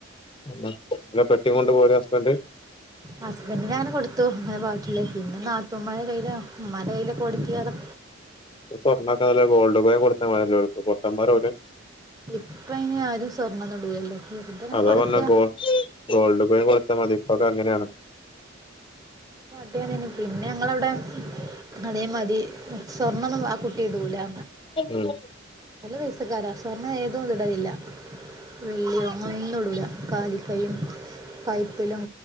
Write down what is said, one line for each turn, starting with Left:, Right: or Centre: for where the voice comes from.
Left: അല്ലെ പെട്ടി കൊണ്ട് പോര ഹസ്ബന്റ്
Right: ഹസ്ബന്റ്ന് അങ്ങനെ കൊടുത്തു അങ്ങനെ പെട്ടില്ലേ പിന്നെ നാത്തൂമ്മാരെ കയ്ലോ ഉമാന്റെ കയ്യില കൊടുക്കെതോ.
Left: സ്വർണല്ല ഗോൾഡ് കൊയ്ൻ കൊടുത്താ പൊട്ടന്മാരാ ഓര്
Right: ഇപ്പയ്ന് ആരും സ്വർണംന്ന്ടുലല്ലോ വെറുതെ ഇങ്ങനെ
Left: അതാ
Right: കൊടുക്കാ.
Left: പറഞ്ഞെ ഗോ ഗോൾഡ് കൊയിൻ കൊടുത്തമതിപ്പൊക്കെ അങ്ങനെണ്
Right: ട്തി പിന്നെ ഞങ്ങളവടെ. അതേമാതി സ്വർണ്ണംന്നും ആ കുട്ടിടുലാ.
Left: ഉം
Right: നല്ല പയസക്കാരാ സ്വർണം ഏതോ ഇടലില്ല വെള്ളിയോ ഒന്നും ഒന്നും ഇടൂല. കാലിക്കയും കൈത്തലും